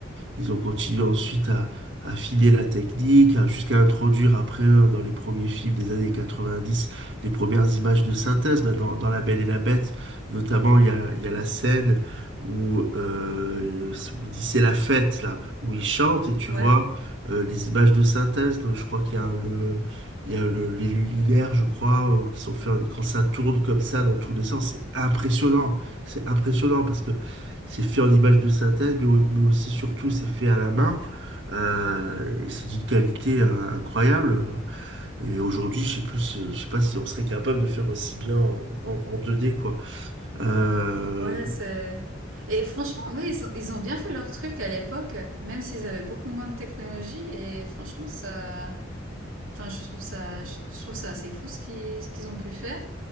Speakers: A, on the right (about 60°); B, on the right (about 85°).
A: Ils ont continué ensuite à, affiner la technique, à- jusqu'à introduire après, euh, dans les premiers films des années 90, les premières images de synthèse. Ben, dans, dans La Belle et la Bête, notamment, il y a, il y a la scène où, euh, où il dit c'est la fête, là, où il chante et tu
B: Ouais.
A: vois euh, les images de synthèse. Donc, je crois qu'il y a le, il y a le- les luminaires, je crois, euh, qui sont faits en- quand ça tourne comme ça dans tous les sens. C'est impressionnant. C'est impressionnant parce que c'est fait en image de synthèse, mais, au- mais aussi, surtout, c'est fait à la main. Euh, et c'est d'une qualité euh, incroyable. Et aujourd'hui, je sais plus, euh, je sais pas si on serait capable de faire aussi bien en, en- en 2D, quoi. Euh,
B: Ouais, c'est... Et franchement, ouais, ils ont, ils ont bien fait leur truc à l'époque, même s'ils avaient beaucoup moins de technologie. Et franchement, ça, enfin, je trouve ça, je trouve je trouve ça assez fou ce qu'ils, ce qu'ils ont pu faire.